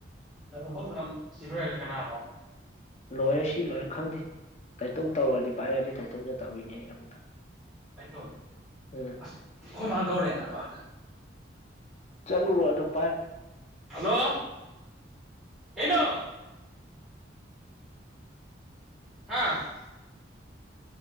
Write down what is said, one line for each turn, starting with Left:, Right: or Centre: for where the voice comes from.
Centre: ꯍꯣꯡ ꯁꯤꯔ ꯀꯅꯥꯃꯣ
Left: ꯂꯣꯏꯔ ꯁꯤ ꯂꯣꯏꯔ ꯈꯪꯗꯦ ꯀꯥꯏꯇꯣꯝ ꯇꯧꯔꯗꯤ ꯄꯥꯏꯔꯗꯤ ꯀꯥꯏꯊꯣꯝꯗ ꯇꯧꯔꯤꯅꯦ ꯑꯩ ꯑꯃꯨꯛꯇ
Centre: ꯍꯥꯏꯗꯣ
Left: ꯎꯝ
Centre: ꯑꯁ ꯑꯩꯈꯣꯏꯃꯥꯡ ꯀꯧꯔꯛꯑꯦ ꯅꯕ
Left: ꯆꯂꯨ ꯋꯥ ꯑꯗꯨꯣ
Centre: ꯍꯜꯂꯣ ꯍꯩꯅꯣ ꯍꯥꯥ